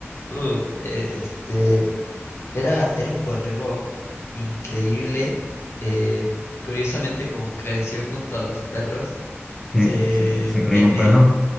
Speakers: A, on the left (about 65°); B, in the centre.
A: uf, eh, este, era, era un borrego increíble. eh, curiosamente, como creció junto a los perros, se
B: sí, se, cre- se creía
A: tenía,
B: un perro.